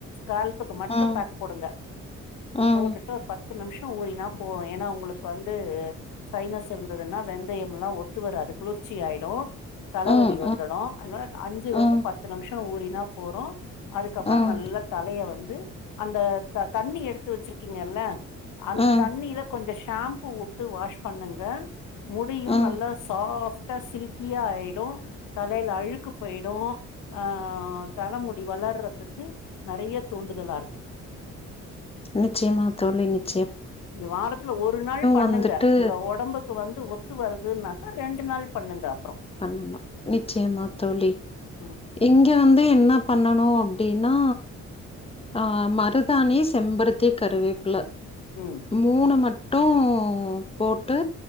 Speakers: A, on the left (about 85°); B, on the left (about 20°).
A: கால்த்துக்கு மட்டு
B: ம்
A: பேக் போடுங்க
B: ம்
A: போட்டுட்டு ஒரு பத் து நிமிஷோ ஊறினா போவே ஏனா உங்களுக்கு வந்து சைனஸ் இருந்ததுன்னா வெந்தயம் எல்லா ஒத்து வராது குளிர்ச்சி ஆயிடு தலைவலி
B: ம் ம்
A: வந்துடு அதனால அஞ்சுல
B: ம்
A: இருந்து பத்து நிமிஷோ ஊறி ன்ன போறு அதுக்கப்புறோ
B: ம்
A: நல்லா தலைய வந் ந்து அந்த த தண்ணி எடுத்து வெச்சுருக்கீங்கல்ல அந்த
B: ம்
A: தண்ணிலப் கொஞ்ச ஷாம்பூ வுட்டு வாஷ் பண்ணுங்க முடியு
B: ம்
A: நல்லா சாஃப்டா சில்கியா ஆயிடு தலையில அழுக்கு போயிடு அ தலமுடி வளர்றதுக்கு நெறைய தூண்டுதலா இருக்கு
B: நிச்சியமா தோழி இன்னிக்
A: இது வாரத்துல ஒரு நாள் பண்ணுங்க
B: வந்துட்டு
A: உங்க ஒடம்புக்கு வந் து ஒத்து வருதுன்னுக்கா ரெண்டு நாள் பண்ணுங்க அப்புறோ
B: பண்ணணு நிச்சியமா தோழி
A: ம்
B: இங்க வந்து என் என்ன பண்ணணு அப்டின்னா ஆ மருதானி செம்பருத்தி கருவேப்புல
A: ம்
B: மூணு மட் டு போட்டு